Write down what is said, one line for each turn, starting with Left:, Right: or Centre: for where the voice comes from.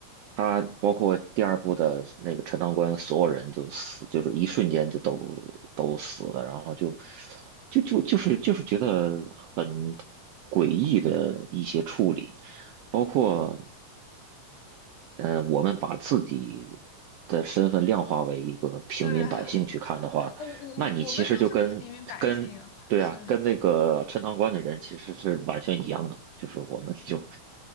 Right: 他包括第二部的那个陈塘关，所有人就死，就是一瞬间就都都死了，然后就就就就是就是觉得很诡异的一些处理，包括。呃，我们把自己的身份量化为一个平民百姓去看的话，
Left: 对啊，我我我我们就是平民百姓啊，
Right: 那你其实就跟跟对啊，
Left: 是。
Right: 跟那个陈塘关的人其实是完全一样的嘛，就是我们就